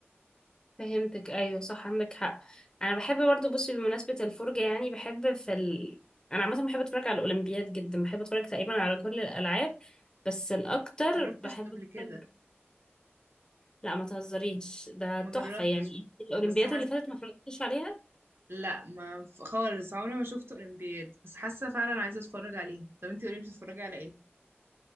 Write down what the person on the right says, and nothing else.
ما جربتش
قبل
كده
ما
جربتش
بس حاسه
لا ما ف- خالص عمري ما شفت اولمبياد بس حاسه فعلا عايزه اتفرج عليهم طب انتي قولي بتتفرجي على ايه